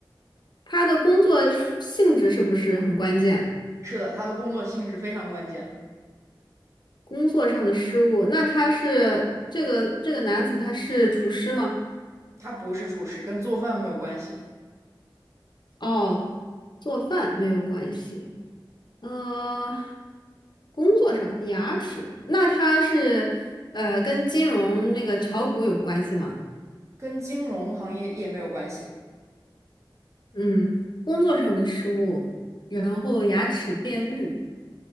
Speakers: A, on the left; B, on the right.
A: 他的工作性质是不是很关键？
B: 是的，他的工作性质非常关键，
A: 工作上的失误，那他是这个这个男子他是厨师吗？
B: 他不是厨师，跟做饭没有关系，
A: 哦，做饭没有关系。呃，工作上牙齿，那他是呃跟金融那个炒股有关系吗？
B: 跟金融行业也没有关系。
A: 嗯，工作上的失误，然后牙齿变绿。